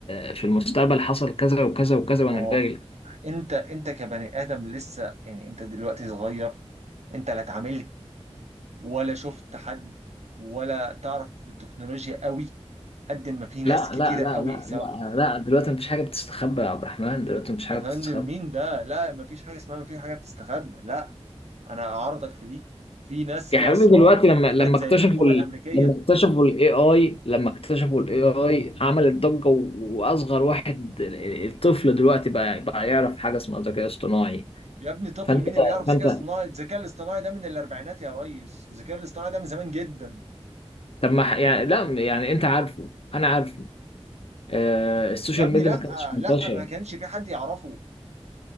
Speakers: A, on the left; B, on the right.
A: آه، في المستقبل حصل كذا وكذا وكذا
B: ما
A: وانا
B: هو
A: جاي لك
B: انت انت كبني ادم لسه يعني انت دلوقتي صغير انت لا اتعاملت ولا شفت حد ولا تعرف في التكنولوجيا قوي قد ما في ناس
A: لا
B: كتيره
A: لا لا
B: قوي
A: لا
B: سواء
A: لا لا دلوقتي مفيش حاجه بتستخبى يا عبد الرحمن دلوقتي مفيش حاجه
B: يا فندم
A: بتستخبى
B: مين ده لا ما فيش حاجه اسمها ما في حاجه بتستخبى لا انا اعارضك في دي في ناس
A: يا
B: في
A: حبيبي
B: اسرار
A: دلوقتي
B: في
A: لما
B: حكومات
A: لما
B: زي
A: اكتشفوا
B: الحكومه
A: ال...
B: الامريكيه
A: لما اكتشفوا الاي اي لما اكتشفوا الاي اي عملت ضجه و- واصغر واحد ال- الطفل دلوقتي بقى بقى يعرف حاجه اسمها ذكاء اصطناعي
B: يا ابني طفل
A: فانت
B: مين اللي يعرف
A: فانت
B: ذكاء اصطناعي الذكاء الاصطناعي ده من الاربعينات يا ريس الذكاء الاصطناعي ده من زمان جدا
A: طب ما ح- يعني لا يعني انت عارفه انا عارفه آه، السوشيال
B: يا ابني
A: ميديا
B: لا
A: ما كانتش منتشره
B: لا ما كانش في حد يعرفه